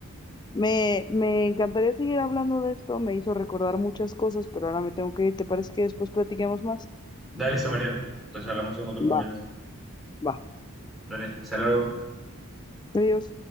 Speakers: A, on the left (about 20°); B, in the centre.
A: me, me encantaría seguir hablando de esto. Me hizo recordar muchas cosas, pero ahora me tengo que ir. ¿Te parece que después platiquemos más?
B: Dale, listo, Mariana. Entonces hablamos en otro momento.
A: Va, va.
B: Dale, saludos.
A: Adiós.